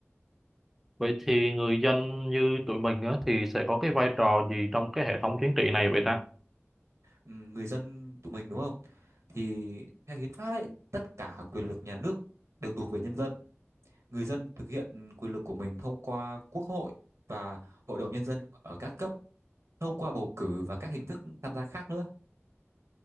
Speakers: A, in the centre; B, on the right.
A: Vậy thì người dân như tụi mình á, thì sẽ có cái vai trò gì trong cái hệ thống chính trị này vậy ta?
B: ừm, người dân tụi mình đúng không? Thì theo hiến pháp ấy, tất cả quyền lực nhà nước đều thuộc về nhân dân. Người dân thực hiện quyền lực của mình thông qua quốc hội và hội đồng nhân dân ở các cấp, thông qua bầu cử và các hình thức tham gia khác nữa.